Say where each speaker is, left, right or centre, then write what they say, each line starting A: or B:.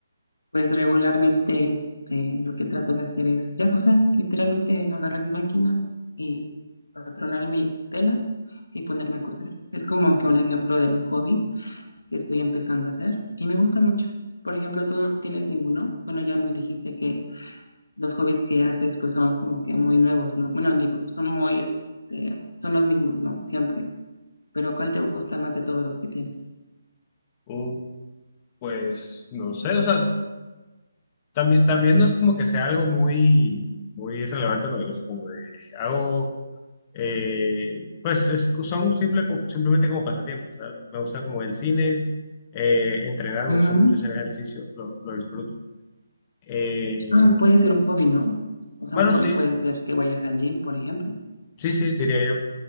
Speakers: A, on the left; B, on the left.
A: pues regularmente eh, lo que trato de hacer es, ya, o sea, literalmente agarrar mi máquina y patronar mis telas y ponerme a coser. Es como que un ejemplo de un hobby que estoy empezando a hacer y me gusta mucho. Por ejemplo, tú no tienes ninguno. Bueno, ya me dijiste que los hobbies que haces pues son como que muy nuevos, ¿no? Bueno, digo, son muy, este, son los mismos, ¿no? Siempre. Pero ¿cuál te gusta más de todos los que tienes?
B: Uh, pues no sé, o sea, también, también no es como que sea algo muy, muy relevante, no, es como de, hago, eh, pues es- son simple, simplemente como pasatiempos, o sea, me gusta como el cine, eh, entrenar, me
A: Ujú.
B: gusta mucho hacer ejercicio, lo, lo disfruto. Eh,
A: Ah, puede ser un hobby, ¿no? O sea,
B: bueno,
A: un hobby
B: sí,
A: puede ser que vayas al gym, por ejemplo.
B: sí, sí, diría yo.